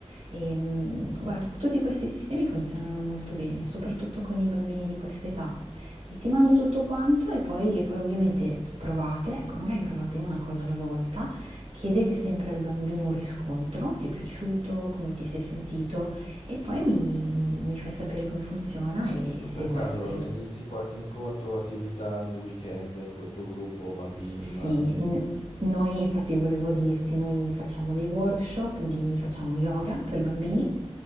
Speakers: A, on the right (about 70°); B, on the left (about 75°).
A: E, mh, guarda, tutti questi sistemi funzionano molto bene, soprattutto con i bambini di questa età e ti mando tutto quanto e poi, e poi ovviamente provate, ecco magari provate una cosa alla volta, chiedete sempre al bambino un riscontro, ti è piaciuto, come ti sei sentito e poi mi, mi fai sapere come funziona
B: Senti,
A: e
B: tu
A: se
B: per
A: vuoi
B: caso
A: altre
B: organizzi qualche incontro o attività nel weekend col tuo gruppo, bambini,
A: Sì,
B: mamme?
A: n- noi infatti volevo dirti, noi facciamo dei workshop di, facciamo yoga per bambini,